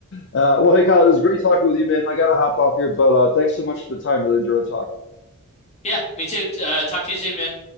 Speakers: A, on the left; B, on the left.
A: Uh, well, hey, Kyle, it was great talking with you, man. I gotta hop off here, but uh, thanks so much for the time. Really enjoyed talking.
B: Yeah, me too. Uh, talk to you soon, man.